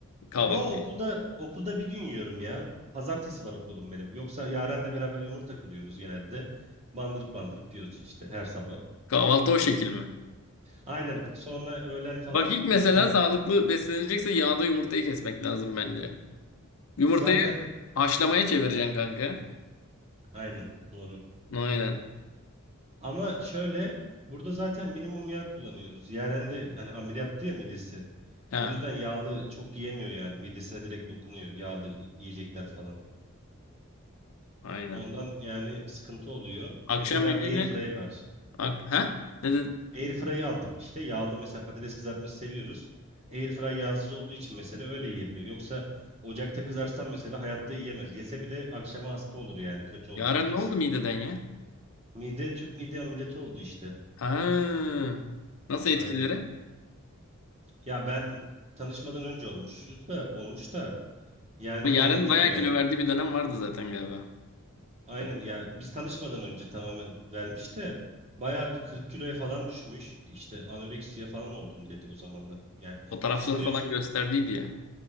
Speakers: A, on the left; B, on the right.
A: Kahvaltı.
B: Yo okulda okulda bir gün yiyorum ya. Pazartesi var okulum benim. Yoksa Yaren'le beraber yumurta kırıyoruz genelde. Bandırıp bandırıp yiyoruz işte her sabah.
A: Kahvaltı o şekil mi?
B: Aynen sonra öğlen falan
A: Bak ilk mesela
B: işte ev-
A: sağlıklı beslenilecekse yağda yumurtayı kesmek lazım bence. Yumurtayı
B: zaten
A: haşlamaya çevireceksin kanka.
B: aynen doğru.
A: Aynen.
B: Ama şöyle burada zaten minimum yağ kullanıyoruz. Yaren de hani ameliyattı ya midesi.
A: Ha,
B: O yüzden yağlı çok yiyemiyor yani. Midesine direkt dokunuyor yağlı y- yiyecekler falan.
A: aynen.
B: Ondan yani sıkıntı oluyor.
A: Akşam
B: Mesela
A: yemeğine
B: airfryer var.
A: ak ha? Ne dedin?
B: Airfry'ı aldık işte. Yağlı mesela patates kızartması seviyoruz. Airfry yağsız olduğu için mesela öyle yiyebiliyor. Yoksa ocakta kızarsan mesela hayatta yiyemez. Yese bile akşama hasta olur yani kötü olur
A: Yaren
B: midesi.
A: ne oldu mideden ya?
B: Mide tüp mide ameliyatı oldu işte.
A: Ha. Nasıl etkileri?
B: Aynen. Ya ben tanışmadan önce olmuşuz da olmuş da yani
A: Yaren
B: anlatıyor
A: bayağı
B: yani.
A: kilo verdiği bir dönem vardı zaten galiba.
B: Aynen ya biz tanışmadan önce tamamen vermiş de bayağı 40 kiloya falan düşmüş. İşte anoreksiye falan oldum dedi o zamanlar. Yani
A: Fotoğrafları
B: psikolojik
A: falan gösterdiydi ya.